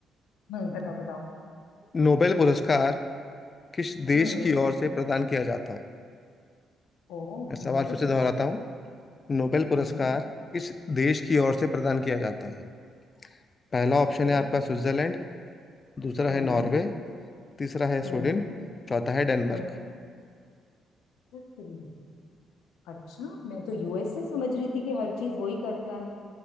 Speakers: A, on the left; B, on the left.
A: हम्म बताओ बताओ
B: नोबेल पुरस्कार किस देश
A: हम्म
B: की ओर से प्रदान किया जाता है
A: ओ
B: मैं सवाल
A: नोबेल
B: फिर से
A: पुरस्कार
B: दोहराता हूँ नोबेल पुरस्कार
A: हम्म
B: किस देश की ओर से प्रदान किया जाता है पहला
A: ओके
B: ऑप्शन है आपका स्विट्जरलैंड दूसरा
A: हम्म
B: है नॉर्वे तीसरा है
A: हम्म
B: स्वीडन चौथा है डेनमार्क
A: हम्म कुछ भी नहीं। अच्छा मैं तो यूएस से समझ रही थी कि हर चीज वही करता है